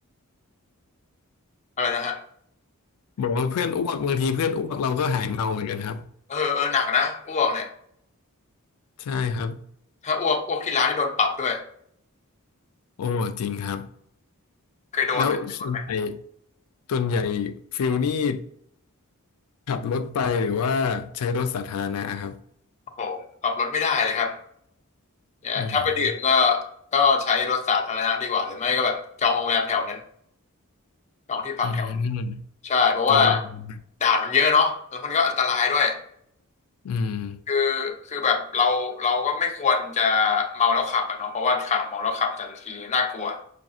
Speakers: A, on the left; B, on the left.
A: อะไรนะฮะ
B: บอกว่าเพื่อนอ้วกบางทีเพื่อนอ้วกเราก็หายเมาเหมือนกันครับ
A: เออเออหนักนะอ้วกเนี่ย
B: ใช่ครับ
A: ถ้าอ้วกอ้วกที่ร้านนี่โดนปรับด้วย
B: โอ้จริงครับ
A: เคยโดนไหมเคยโดนไหม
B: แล้วส่วนใหญ่ส่วนใหญ่ฟิลนี่ ขับรถไปหรือว่าใช้รถสาธารณะครับ
A: โอ้โหขับรถไม่ได้เลยครับ เนี่ยถ้าไปดื่มก็
B: อืม
A: ก็ใช้รถสาธารณะดีกว่าหรือไม่ก็แบบจองโรงแรมแถวนั้นจองที่พักแถวนั้น
B: อืม
A: ใช่เพราะว่า
B: จองโรงแรม
A: ด่านมันเยอะเนาะแล้วมันก็อันตรายด้วย
B: อืม
A: คือคือแบบเราเราก็ไม่ควรจะเมาแล้วขับอะเนาะเพราะว่าข่าวเมาแล้วขับแต่ละทีน่ากลัว